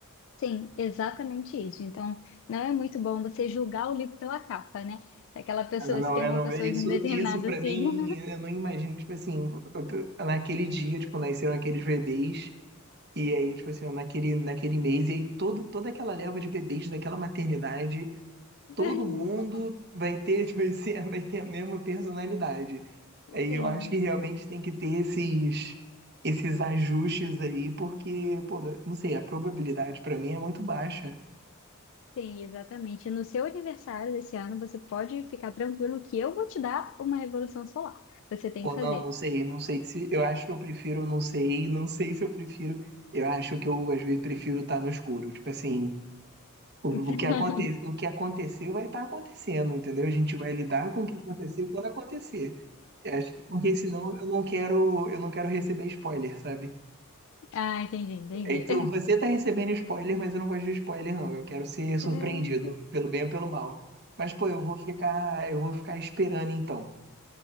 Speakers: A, on the left; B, on the right.
A: Sim, exatamente isso. Então, não é muito bom você julgar o livro pela capa, né? Aquela pessoa,
B: Ah, não,
A: se tem
B: é,
A: uma
B: não,
A: pessoa
B: é isso,
A: de um determinado
B: isso para
A: signo.
B: mim, eu não imagino, tipo assim, eu- eu- naquele dia, tipo, nasceram aqueles bebês E aí, tipo assim, naquele, naquele mês, e aí todo, toda aquela leva de bebês daquela maternidade,
A: <laughs>
B: todo mundo vai ter, tipo assim, <laughs> vai ter a mesma personalidade. Aí
A: Sim,
B: eu acho que realmente tem que ter esses, esses ajustes aí, porque, pô, não sei, a probabilidade pra mim é muito baixa.
A: sim, exatamente. No seu aniversário desse ano, você pode ficar tranquilo que eu vou te dar uma revolução solar. Você tem
B: Pô,
A: que fazer.
B: não, não sei, não sei se. Eu acho que eu prefiro, não sei, não sei se eu prefiro. Eu acho que eu, às vezes, prefiro estar no escuro. Tipo assim. O, o
A: <laughs>
B: que aconte, o que aconteceu vai estar acontecendo, entendeu? A gente vai lidar com o que acontecer quando acontecer. Eu acho que- porque senão eu não quero, eu não quero receber spoiler, sabe?
A: Ah, entendi, entendi.
B: É, Então você tá recebendo spoiler, mas eu não gosto de spoiler, não. Eu quero ser surpreendido,
A: <laughs>
B: pelo bem ou pelo mal. Mas, pô, eu vou ficar, eu vou ficar esperando então.